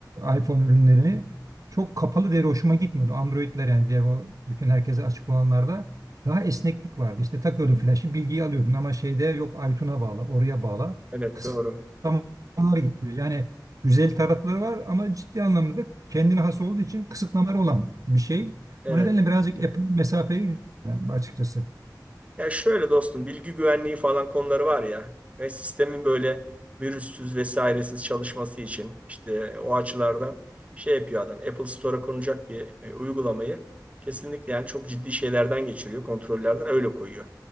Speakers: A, on the right; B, on the right.
A: e, iPhone ürünlerini çok kapalı devre hoşuma gitmiyordu. Android'ler yani diğer o bütün herkese açık olanlarda daha esneklik vardı. İşte takıyordun flaşı bilgiyi alıyordun ama şeyde yok iTunes'a bağla oraya bağla
B: Evet
A: kısıtlamalar
B: doğru.
A: getiriyor. Yani güzel tarafları var ama ciddi anlamda da kendine has olduğu için kısıtlamalar olan bir şey.
B: Evet.
A: O nedenle birazcık Apple mesafeli yani açıkçası.
B: Ya şöyle dostum bilgi güvenliği falan konuları var ya ve sistemin böyle virüssüz vesairesiz çalışması için işte o açılardan şey yapıyor adam. Apple Store'a konacak bir e, uygulamayı kesinlikle yani çok ciddi şeylerden geçiriyor, kontrollerden öyle koyuyor.